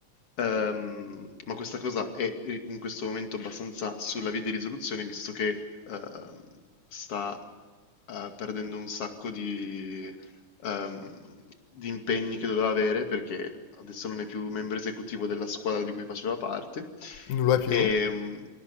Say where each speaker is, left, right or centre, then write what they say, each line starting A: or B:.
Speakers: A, on the left (about 50°); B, on the left (about 70°).
A: Ehm, ma questa cosa è eh, in questo momento abbastanza sulla via di risoluzione, visto che ehm, sta eh, perdendo un sacco di, ehm, di impegni che doveva avere perché adesso non è più membro esecutivo della squadra di cui faceva parte.
B: non lo è più?
A: E, mm,